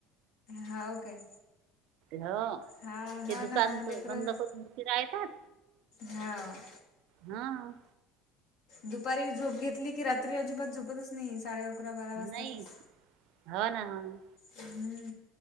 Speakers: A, on the left; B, on the right.
A: हाऊ काय.
B: हो
A: हा
B: ते
A: हा
B: दुकान
A: ना लेकरं
B: तर बंद करून रा येतात.
A: हाव
B: हा.
A: दुपारी झोप घेतली की रात्री अजिबात झोपतच नाही साडे अकरा बारा वाजतातच
B: नाही ह ना ह.
A: हम्म.